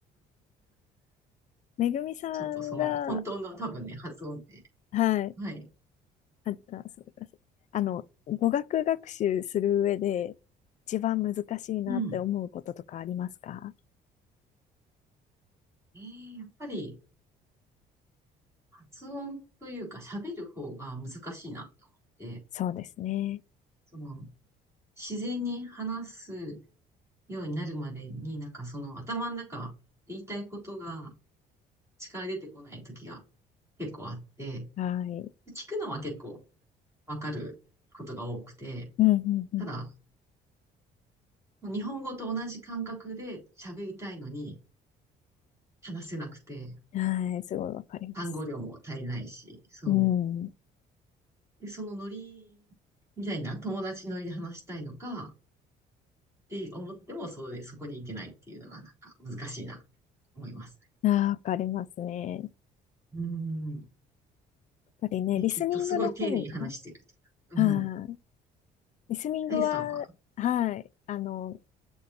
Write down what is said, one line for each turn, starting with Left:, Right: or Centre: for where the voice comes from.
Left: めぐみさんが、
Right: ちょっとその、本当の多分ね、発音で。
Left: はい、
Right: はい。
Left: あった、すみません。あの、語学学習する上で一番難しいなって思うこととかありますか
Right: うん。えー、やっぱり、発音というか、喋る方が難しいなと思って、
Left: そうですね。
Right: その、自然に話すようになるまでに、なんかその、頭の中、言いたいことが力出てこない時が結構あって、
Left: はい。
Right: 聞くのは結構わかることが多くて、
Left: うんうんう
Right: ただ、もう日本語と同じ感覚で喋りたいのに話せなくて、
Left: ん。はい、すごいわかります。
Right: 単語量も足りないし、そう。
Left: うん。
Right: で、そのノリみたいな友達ノリで話したいのかって思っても、そうで、そこに行けないっていうのがなんか難しいなと思います
Left: ああ、わかりますね。
Right: ね。うん。
Left: やっぱりね、
Right: ね、
Left: リスニングの方が、
Right: きっとすごい丁寧に話してるというか。
Left: はい。
Right: うん。
Left: リスニングは、
Right: あゆさんは
Left: はい。あの、